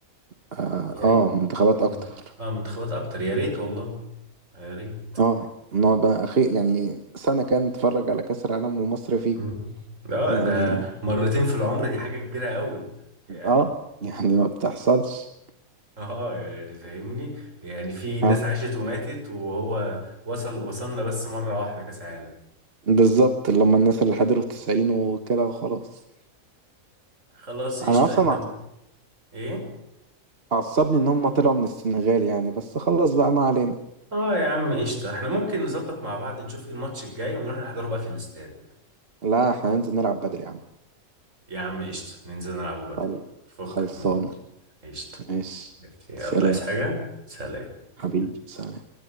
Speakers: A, on the right; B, on the right.
A: اه,
B: يا
A: آه
B: ريت
A: منتخبات
B: المنتخ-
A: اكتر
B: اه منتخبات اكتر يا ريت والله يا ريت
A: اه نقعد بقى اخي يعني سنه كان نتفرج على كاس العالم ومصر فيه
B: مم. اه
A: يعني
B: ده مرتين في العمر دي حاجة كبيرة قوي يعني
A: اه يعني ما بتحصلش
B: اه يعني فاهمني يعني في ناس
A: آه.
B: عاشت وماتت وهو وصل وصلنا بس مرة واحدة كاس عالم
A: بالظبط اللي هم الناس اللي حضروا التسعين وكده وخلاص
B: خلاص قشطة
A: انا اصلا
B: انت م... ايه
A: عصبني ان هم طلعوا من السنغال يعني بس خلص بقى ما علينا
B: اه يا عم قشطة احنا ممكن نظبط مع بعض نشوف ايه الماتش الجاي ونروح نحضره بقى في الاستاد
A: لا احنا هننزل نلعب بدري يا عم
B: يا عم قشطة ننزل نلعبه بدل
A: طيب
B: فكك
A: خلصانة
B: من الماتش قشطة
A: ماشي
B: يلا
A: سلام
B: عايز حاجة سلام
A: حبيبي سلام